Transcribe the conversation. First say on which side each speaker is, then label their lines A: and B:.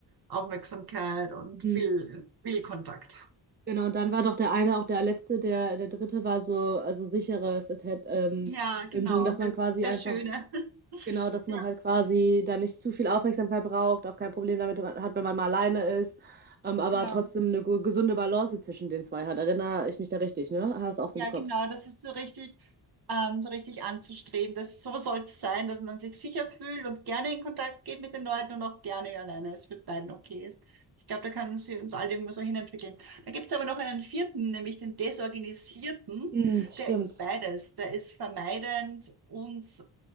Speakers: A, on the right; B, on the right.
A: Aufmerksamkeit und
B: Mhm.
A: will, will Kontakt.
B: Genau, und dann war doch der eine auch der letzte, der, der dritte war so, also sicheres Atta- ähm,
A: Ja, genau,
B: Bindung, dass
A: der,
B: man quasi
A: der
B: einfach
A: Schöne. <laughs>
B: Genau, dass
A: Ja,
B: man halt quasi da nicht zu viel Aufmerksamkeit braucht, auch kein Problem damit hat, wenn man mal alleine ist, ähm, aber
A: genau.
B: trotzdem eine gu- gesunde Balance zwischen den zwei hat. Erinnere ich mich da richtig, ne? Hast auch so
A: Ja,
B: im Kopf.
A: genau, das ist so richtig, ähm, so richtig anzustreben. Das, so soll es sein, dass man sich sicher fühlt und gerne in Kontakt geht mit den Leuten und auch gerne alleine ist, mit beiden okay ist. Ich glaube, da können sie uns alle immer so hinentwickeln. Da gibt es aber noch einen vierten, nämlich den Desorganisierten.
B: Hm, stimmt.
A: Der ist beides. Der ist vermeidend und,